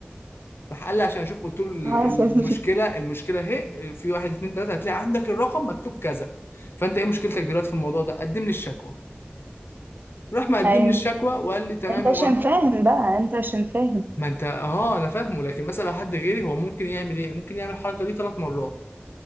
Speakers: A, on the left (about 70°); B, on the right (about 55°).
A: راح قال لي عشان اشوف قلت له ال-
B: حاسس
A: المشكله المشكله اهي في واحد اتنين تلاته هتلاقي عندك الرقم مكتوب كذا فانت ايه مشكلتك دلوقتي في الموضوع ده قدم لي الشكوى راح مقدم
B: ايوه
A: لي الشكوى وقال لي تمام
B: انت عشان
A: وراح
B: فاهم بقى انت عشان فاهم
A: ما انت اه انا فاهمه لكن مثلا لو حد غيري هو ممكن يعمل ايه ممكن يعمل الحركه دي ثلاث مرات